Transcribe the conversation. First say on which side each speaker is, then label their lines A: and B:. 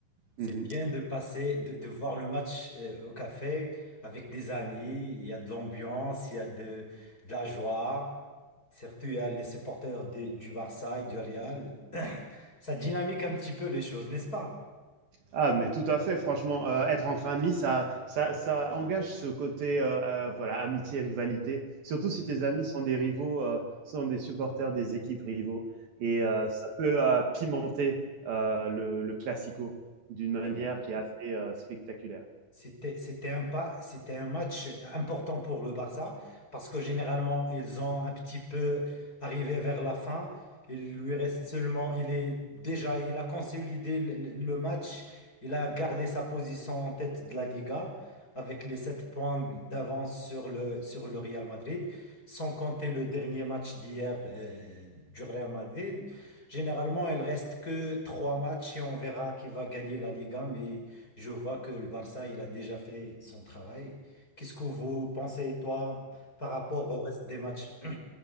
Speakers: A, on the left (about 20°); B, on the right (about 55°).
A: C'est
B: mmh
A: bien de passer, de, de voir le match euh, au café avec des amis. Il y a de l'ambiance, il y a de, de la joie. Surtout, il y a les supporters des- du Barça et du Real. Ça dynamique un petit peu les choses, n'est-ce pas?
B: Ah, mais tout à fait, franchement, euh, être entre amis, ça, ça, ça engage ce côté euh, euh, voilà, amitié, rivalité, surtout
A: Ah
B: si
A: Oui.
B: tes amis sont des rivaux, heu, sont des supporters des équipes rivaux et heu, ça peut, heu, pimenter, heu, le le classico d'une manière
A: Ah oui.
B: qui est assez, heu, spectaculaire.
A: C'était, c'était un pas, c'était un match important pour le Barça parce que généralement ils ont un petit peu arrivé vers la fin. Il lui reste seulement, il est déjà, il a consolidé le, le- le match. Il a gardé sa position en tête de la Liga avec les 7 points d'avance sur le, sur le Real Madrid, sans compter le dernier match d'hier euh, du Real Madrid. Généralement, il reste que trois matchs et on verra qui va gagner la Liga, mais je vois que le Barça, il a déjà fait son travail. Qu'est-ce que vous pensez, toi, par rapport au reste des matchs?